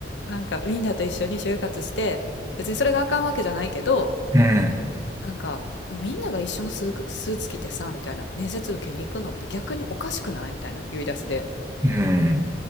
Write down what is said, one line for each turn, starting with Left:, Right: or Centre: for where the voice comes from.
Left: なんかウィンダーと一緒に就活して、別にそれがあかんわけじゃないけど、
Right: うん。
Left: なんかみんなが一緒のスーツ、スーツ着てさ、みたいな、面接受けに行くのって逆におかしくないみたいな言い出しで、
Right: うん。